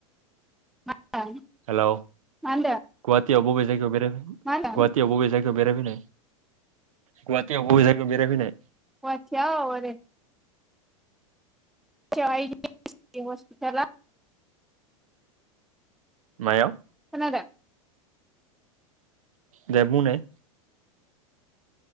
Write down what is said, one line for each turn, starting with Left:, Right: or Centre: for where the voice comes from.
Centre: <unintelligible>
Right: हेलौ
Centre: मा होनदों
Right: गुवाहाटियाव बबे जायगायाव बेरायफै
Centre: मा होनदों
Right: गुवाहाटीआव बबे जायगा बेरायफैनाय गुवाहाटीयाव बबे जायगायाव बेरायफैनाय
Centre: गवाटीयाव ओरै <unintelligible> चिटि हस्पिटालाव
Right: मायाव
Centre: खोनादों
Right: दे बुंनाय